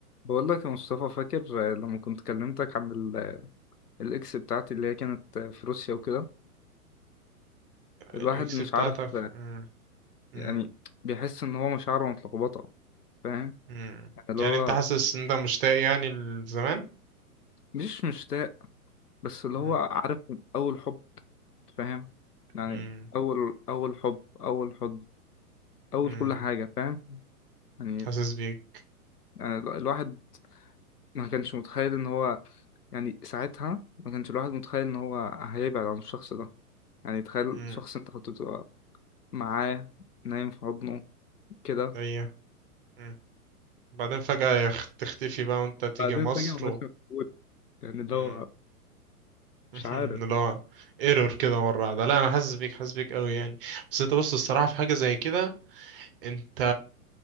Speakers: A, on the left; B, on the right.
A: بقول لك يا مصطفى فاكر لما كنت كلمتك عن ال- الاكس بتاعتي اللي هي كانت في روسيا وكده الواحد
B: الاكس
A: مش
B: بتاعتك
A: عارف
B: مم. مم.
A: يعني بيحس ان هو مشاعره متلخبطه فاهم
B: مم.
A: يعني اللي
B: يعني
A: هو
B: انت حاسس ان انت مشتاق يعني لزمان
A: مش مشتاق بس اللي
B: مم.
A: هو عارف اول حب فاهم يعني
B: مم.
A: اول اول حب اول حب اول
B: مم.
A: كل حاجه فاهم يعني
B: حاسس بيك
A: يعني ال- الواحد ما كانش متخيل ان هو يعني ساعتها ما كانش الواحد متخيل ان هو هيبعد عن الشخص ده يعني تخيل
B: مم.
A: شخص انت كنت بتبقى معاه نايم في حضنه كده
B: ايوه مم. بعدين فجأة يخ- تختفي بقى وانت تيجي
A: بعدين
B: مصر
A: فجأة مبقاش
B: و...
A: موجود يعني اللي
B: مم.
A: هو
B: <laughs>
A: مش عارف
B: اللي هو ايرور كده مرة واحدة لا انا حاسس بيك حاسس بيك قوي يعني بس انت بص الصراحة في حاجة زي كده انت